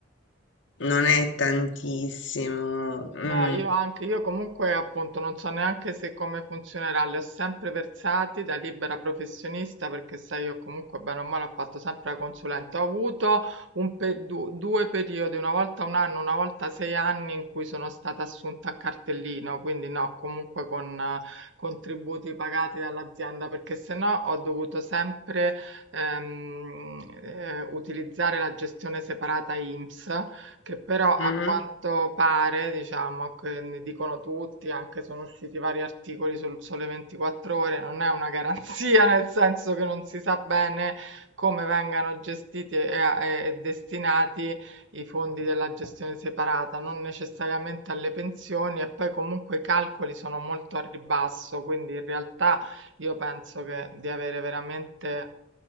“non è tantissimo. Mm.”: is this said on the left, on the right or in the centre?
Left